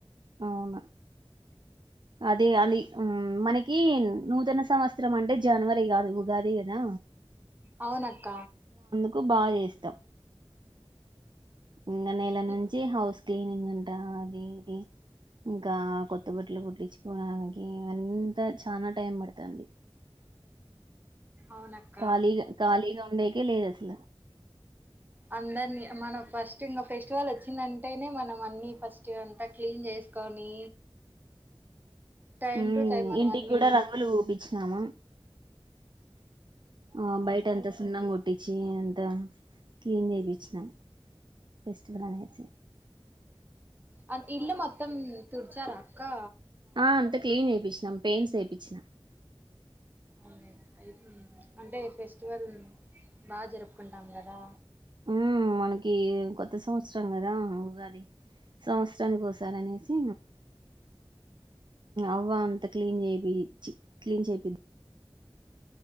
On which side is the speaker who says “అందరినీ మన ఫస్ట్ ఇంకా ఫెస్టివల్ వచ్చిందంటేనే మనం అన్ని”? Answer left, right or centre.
Right